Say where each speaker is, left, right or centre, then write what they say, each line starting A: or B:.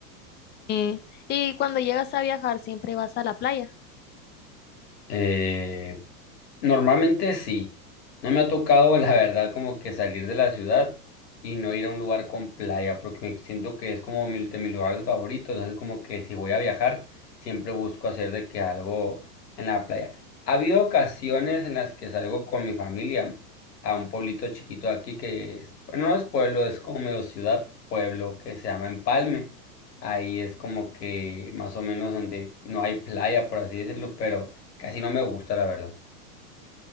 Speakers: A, on the left; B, on the left.
A: eh, Y cuando llegas a viajar, siempre vas a la playa.
B: eh, Normalmente sí. No me ha tocado, <laughs> la verdad, como que salir de la ciudad y no ir a un lugar con playa, porque siento que es como mi, de mis lugares favoritos. Entonces, como que si voy a viajar, siempre busco hacer de que algo en la playa. Ha habido ocasiones en las que salgo con mi familia a un pueblito chiquito de aquí que, es- bueno, no es pueblo, es como medio ciudad, pueblo que se llama Empalme. Ahí es como que más o menos donde no hay playa, por así decirlo, pero casi no me gusta, la verdad.